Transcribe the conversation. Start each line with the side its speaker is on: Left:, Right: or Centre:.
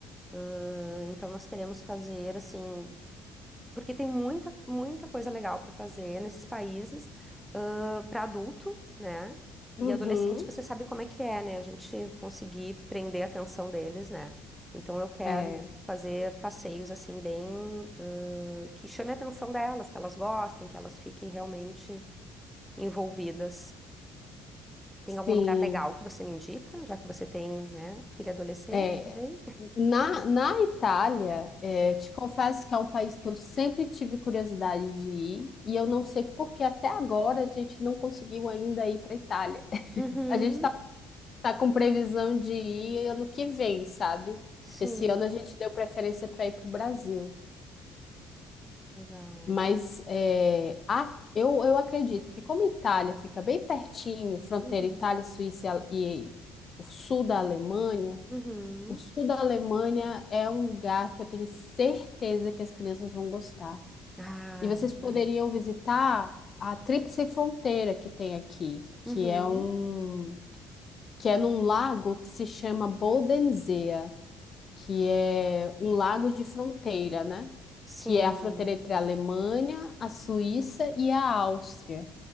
Centre: Ah, Então nós queremos fazer assim porque tem muita, muita coisa legal para fazer nesses países, para adulto, né? E
Left: Uhum.
Centre: adolescente, Uhum. você sabe como é que é, né? A gente conseguir prender a atenção deles, né? Então eu quero
Left: É,
Centre: fazer passeios assim bem ãh, que chame a atenção delas, que elas gostem, que elas fiquem realmente envolvidas. Tem algum
Left: sim.
Centre: lugar legal que você me indica, já que você tem, né, filha adolescente
Left: É,
Centre: também?
Left: na, na Itália, é, te confesso que é um país que eu sempre tive curiosidade de ir, e eu não sei por que até agora a gente não conseguiu ainda ir para Itália. <laughs>
Centre: Uhum,
Left: A gente tá, tá com previsão de ir ano que vem, sabe?
Centre: sim,
Left: Que esse ano a gente deu preferência para ir para o Brasil.
Centre: legal.
Left: Mas é, a- eu, eu acredito que como Itália fica bem pertinho, fronteira
Centre: Uhum,
Left: Itália, Suíça e, Ale- e o sul da Alemanha,
Centre: uhum.
Left: o sul da Alemanha é um lugar que eu tenho certeza que as crianças vão gostar.
Centre: Ah,
Left: E vocês
Centre: legal.
Left: poderiam visitar a Tríplice Fronteira que tem aqui, que
Centre: Uhum.
Left: é um que é num lago que se chama Bodensee que é um lago de fronteira, né?
Centre: Sim.
Left: Que é a fronteira entre a Alemanha, a Suíça e a Áustria.